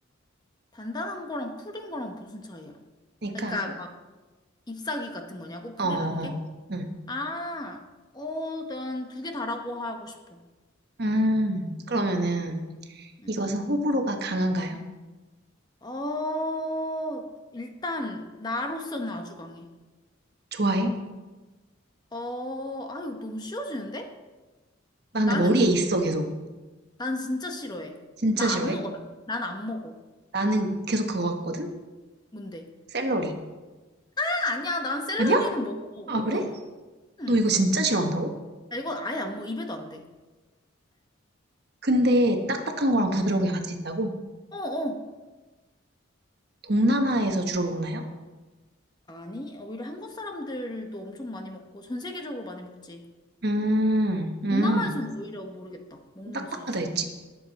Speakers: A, on the left (about 20°); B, on the right (about 50°).
A: 단단한 거랑 풀인 거랑 무슨 차이야?
B: 그러니까
A: 그러니까 막 잎사귀 같은 거냐고? 풀이라는
B: 어, 어,
A: 게?
B: 응.
A: 아, 어, 난 두 개 다라고 하고 싶어.
B: 음, 그러면은
A: 응, 응.
B: 이것은 호불호가 강한가요?
A: 어, 일단, 나로서는 아주 강해.
B: 좋아해?
A: 어, 아유, 너무 쉬워지는데?
B: 나 근데
A: 나는
B: 머리에
A: 근데,
B: 있어 계속.
A: 난 진짜 싫어해.
B: 진짜
A: 나
B: 싫어해?
A: 안 먹어. 난 안 먹어.
B: 나는 계속 그거 같거든?
A: 뭔데?
B: 샐러리.
A: 아, 아니야, 난 샐러리는
B: 아니야?
A: 먹어. 어머.
B: 아, 그래?
A: 응.
B: 너 이거 진짜 싫어한다고?
A: 아, 이건 아예 안 먹어. 입에도 안 돼.
B: 근데 딱딱한 거랑
A: 응.
B: 부드러운 게 같이 있다고?
A: 어, 어.
B: 동남아에서 주로 먹나요?
A: 아니, 어, 오히려 한국 사람들도 엄청 많이 먹고, 전 세계적으로 많이 먹지.
B: 음, 음.
A: 동남아에서는 오히려 모르겠다. 먹는지
B: 딱딱하다
A: 잘
B: 했지.
A: 모르지.